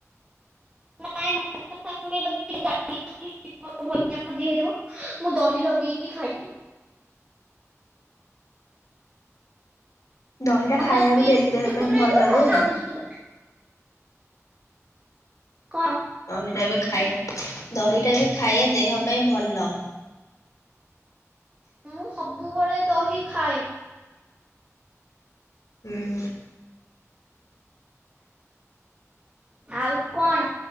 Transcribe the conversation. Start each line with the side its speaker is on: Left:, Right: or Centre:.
Right: <inaudible> <inaudible> ଭଜା ଭଜି ହେଇଥିବ ମୁଁ ଦହି ଲଗେଇକି ଖାଇଦିିଏ।
Left: ଦହିଟା ଖାଇଆ
Right: ଯଦି
Left: ବି ଡେଲି ଦେହ ପାଇଁ
Right: ହେଇଥିବ
Left: ଭଲ ଯେ।
Right: <inaudible> କଣ?
Left: ଦହିଟା ବି ଖାଇଆ ଦହିଟା ବି ଖାଇଆ ଦେହ ପାଇଁ ଭଲ।
Right: ମୁଁ ସବୁବେଳେ ଦହି ଖାଏ
Left: ହୁଁ।
Right: ଆଉ କଣ?